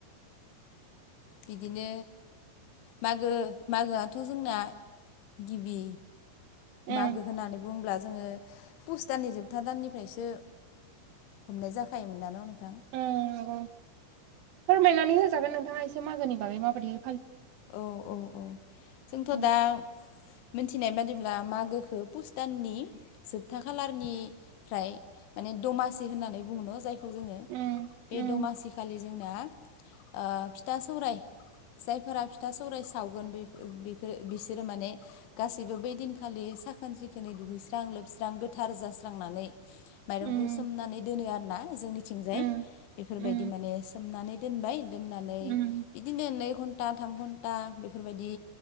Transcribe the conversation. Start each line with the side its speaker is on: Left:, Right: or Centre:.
Left: बिदिनो। मागो मागोआथ' जोंना गिबि।
Right: उम
Left: मागो होननानै बुंब्ला। जोङो पुस दाननि जोबथा दाननिफ्रायसो हमनाय जाखायोमोन नानो। दां <inaudible>
Right: उम नंगौ फोरमायनानै होजागोन नोंथाङा एसे मागोनि बागै माबायदि।
Left: औ औ औ जोंथ'
Right: उम
Left: दा। मिथिनाय बादिब्ला मागोखौ पुस दाननि जोबथा खालारनिफ्राय। दमासि होननानै बुङो जायखौ जोङो
Right: उम
Left: बे
Right: उम
Left: दमासिखालि। जोंना ओ फिथा सौराय जाय। फोरा फिथा सौराय सावगोन बिसोरो माने गासैबो बैदिनखालि साखोन सि। दुगैस्रां लोबस्रां गोथार जास्रांनानै। माइरंखौ
Right: उम
Left: सोमनानै दोनो आरोना जोंनिथिंजाय
Right: उम
Left: बेफोरबायदि
Right: उम
Left: माने सोमनानै। दोनबाय दोननानै
Right: उम
Left: बिदिनो नै घन्टा। थाम घन्टा बेफोरबायदि